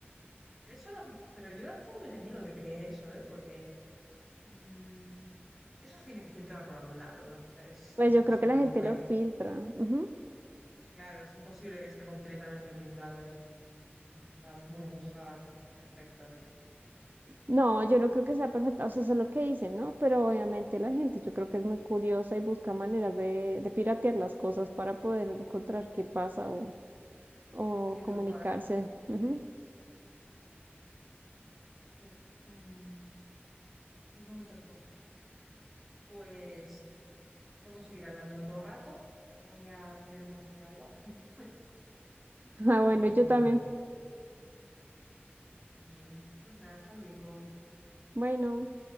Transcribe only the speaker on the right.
Pues
yo creo que la gente
lo filtra. ujú.
No,
yo no creo que sea perfecta, o sea, eso es lo que dicen, ¿no? Pero obviamente la gente yo creo que es muy curiosa y busca maneras de, de piratear las cosas para poder encontrar qué pasa o
comunicarse.
Ujú.
Ah,
bueno, yo
también.
Bueno.